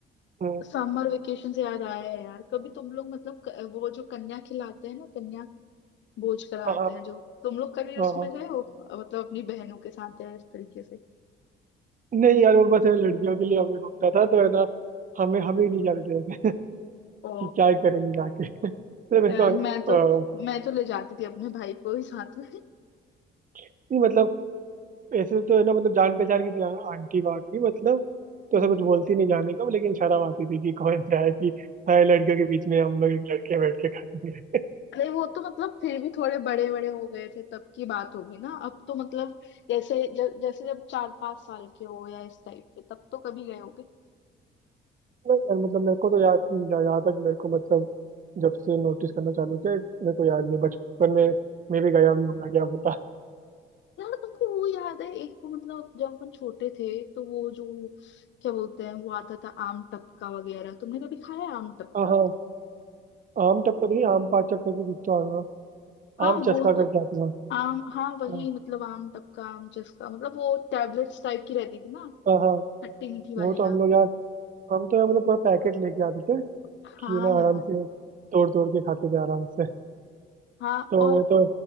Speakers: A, on the right; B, on the left.
A: अ,
B: समर वेकेशन से याद आया है यार कभी तुम लोग मतलब क- वो जो कन्या खिलाते हैं ना कन्या बोझ कराते
A: हाँ हाँ
B: हैं जो तुम लोग कभी उसमें
A: हाँ हाँ।
B: गए हो अ, मतलब अपनी बहनों के साथ या इस तरीके से
A: नहीं यार वो बस है ना, लड़कियों के लिए हमें होता था तो है ना हमें हमें ही नहीं जाने देते थे <laughs>
B: ओ
A: कि क्या करेंगे जाके <laughs> तो वैसा
B: यार मैं तो
A: अ,
B: मैं तो ले जाती थी अपने भाई को ही साथ में
A: नहीं मतलब ऐसे तो है ना मतलब जान पहचान की थी आ- आंटी बाकी मतलब तो
B: हम्म।
A: ऐसा कुछ बोलती नहीं जाने का लेकिन शर्म आती थी कि कौन सा है कि सारे लड़कियों के बीच में हम लोग एक लड़के बैठ के खाएंगे
B: अरे वो तो मतलब फिर भी थोड़े बड़े बड़े हो गए थे तब की बात होगी ना अब तो मतलब जैसे ज, जैसे जब चार पांच साल के हो या इस टाइप पे तब तो कभी गए होगे
A: नहीं यार मतलब मेरे को तो याद नहीं जहाँ जहाँ तक मेरे को मतलब जब से नोटिस करना चालू किया मेरे को याद नहीं बचपन में मैं भी गया भी हूँ ना, क्या पता
B: यार तुमको वो याद है एक वो मतलब जब अपन छोटे थे तो वो जो क्या बोलते हैं वो आता था आम टपका वगैरह तुमने कभी खाया है आम टपका
A: हाँ हाँ आम टपका तो नहीं आम पाचक करके कुछ तो आ रहा
B: हाँ
A: आम
B: वो
A: चस्का
B: तो
A: करके आते हैं
B: आम हाँ वही
A: हाँ
B: मतलब आम टपका आम जिसका मतलब वो टैबलेट्स टाइप की रहती थी ना
A: हाँ हाँ,
B: खट्टी मीठी वाली
A: वो तो हम
B: आम
A: लोग यार
B: की
A: हम तो यार मतलब पूरा पैकेट लेके आते थे
B: हाँ
A: कि ना
B: यार
A: आराम से तोड़ तोड़ के खाते थे आराम से
B: हाँ
A: तो
B: और
A: वो तो